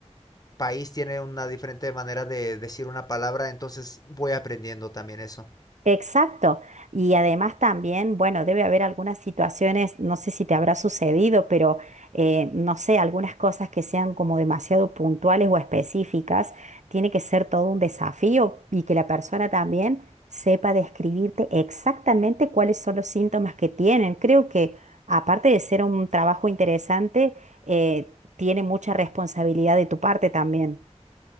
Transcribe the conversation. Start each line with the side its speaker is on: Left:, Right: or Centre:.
Left: país tiene una diferente manera de decir una palabra, entonces voy aprendiendo también eso.
Right: Exacto. Y además también, bueno, debe haber algunas situaciones, no sé si te habrá sucedido, pero eh, no sé, algunas cosas que sean como demasiado puntuales o específicas, tiene que ser todo un desafío y que la persona también sepa describirte exactamente cuáles son los síntomas que tienen. Creo que aparte de ser un trabajo interesante, eh, tiene mucha responsabilidad de tu parte también.